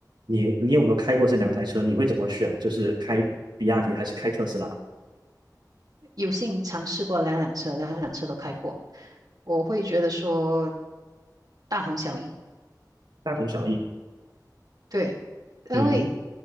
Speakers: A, on the right; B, on the right.
A: 你你有没有开过这两台车？你会怎么选？就是开比亚迪还是开特斯拉？
B: 有幸尝试过两辆车，两辆车都开过，我会觉得说大同小异。
A: 大同小异。
B: 对，因为
A: 嗯哼，